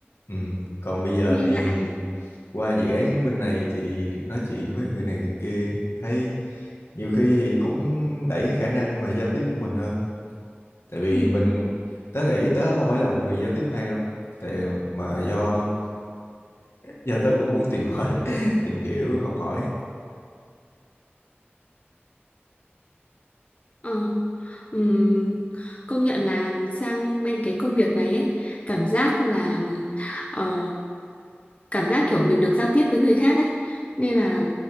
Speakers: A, on the left; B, on the left.
A: ừ. còn bây giờ
B: nghe
A: thì
B: lạ à?
A: qua dự án bên này thì được nói chuyện với người này người kia thấy nhiều khi thì cũng đẩy cái khả năng mà giao tiếp của mình hơn tại vì
B: ừ,
A: mình tớ nghĩ tớ không phải là một người giao tiếp hay đâu tại mà do giờ tớ cũng muốn tìm hỏi <laughs> tìm hiểu học hỏi
B: ờ, ừm, công nhận là sang bên cái công việc này ấy cảm giác là ờ, cảm giác kiểu mình được giao tiếp với người khác ấy nên là